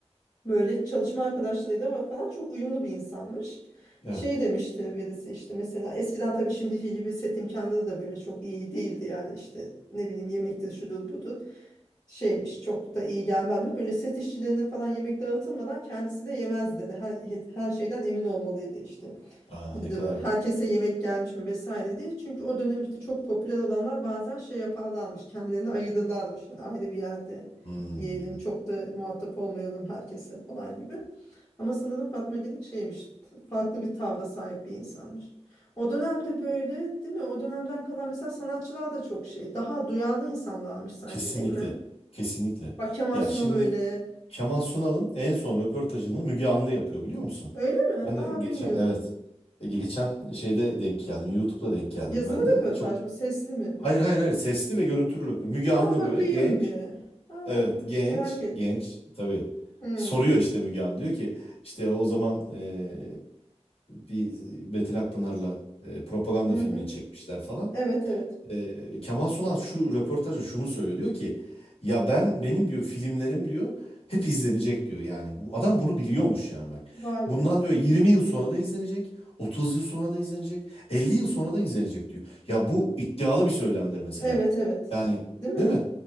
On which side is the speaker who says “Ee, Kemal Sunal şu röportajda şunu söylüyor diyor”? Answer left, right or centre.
Left